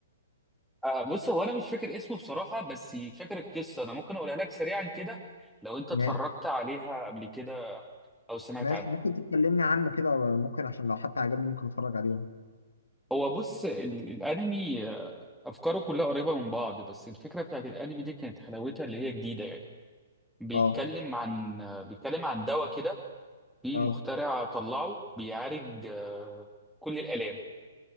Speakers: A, in the centre; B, on the left (about 75°).
A: آه، بص هو انا مش فاكر اسمه بصراحة بس فاكر القصة انا ممكن اقولها لك سريعا كده لو انت
B: ماشي
A: اتفرجت عليها قبل كده او سمعت
B: ماشي
A: عنها
B: ممكن تتكلمني عنه كده ممكن عشان لو حتى عجبني ممكن اتفرج عليه
A: هو بص ال- الانمي آه، افكاره كلها قريبة من بعض بس الفكرة بتاعت الانمي دي كانت حلاوتها اللي هي جديدة يعني بيتكلم
B: اه
A: عن آه، بيتكلم عن دواء كده في
B: اه
A: مخترع طلعه بيعالج آه، كل الآلام